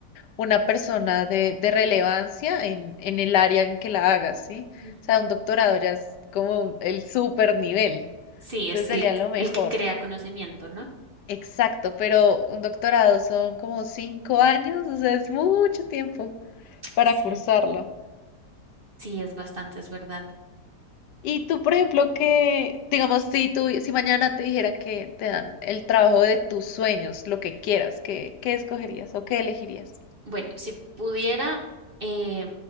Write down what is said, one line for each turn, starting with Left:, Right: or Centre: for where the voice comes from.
Left: una persona de, de relevancia en, en el área en que la hagas, ¿sí?
Right: Ujú.
Left: O sea, un doctorado ya es como un- el super nivel,
Right: Sí,
Left: entonces
Right: es
Left: sería
Right: el,
Left: lo mejor.
Right: el que crea conocimiento, ¿no?
Left: Exacto, pero un doctorado son como cinco años, o sea, es mucho tiempo para
Right: Sí,
Left: cursarlo.
Right: sí, es bastante, es verdad.
Left: Y tú, por ejemplo, que, digamos, si tú, si mañana te dijeran que te dan el trabajo de tus sueños, lo que quieras, ¿qué, qué escogerías o qué elegirías?
Right: Bueno, si pudiera, eh,